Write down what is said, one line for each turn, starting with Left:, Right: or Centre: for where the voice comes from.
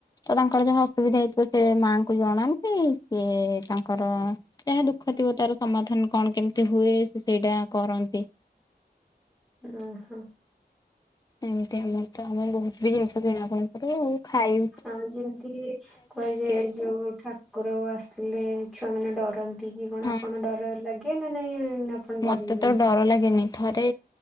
Left: ତ ତାଙ୍କର ଯାହା ଅସୁବିଧା ହେଇଥିବ ସେ ମାଆଙ୍କୁ ଜଣାନ୍ତି ସିଏ ତାଙ୍କର ଯାହା ଦୁଃଖ ଥିବ ତାର ସମାଧାନ କଣ କେମିତି ହୁଏ ସେ ସେଇଟା କରନ୍ତି।
Centre: ଉଁ ହୁଁ
Left: ଏମିତି ଆମର ତ ଆମେ ବହୁତ ବି ଜିନିଷ କିଣାକିଣି କରୁ ଖାଇ
Centre: ଆଉ ଯେମିତିକି କୁହାଯାଏ
Left: ଆସୁ
Centre: ଯୋଉ ଠାକୁର ଆସିଥିଲେ ଛୁଆମାନେ ଡର ନ୍ତି କଣ
Left: ହଁ
Centre: ଆପଣ
Left: ହଁ
Centre: ଡର ଲାଗେ ନା ନାଇଁ ଆପଣ
Left: ମତେ
Centre: ଡରନ୍ତିନି?
Left: ତ ଡର ଲାଗେନି। ଥରେ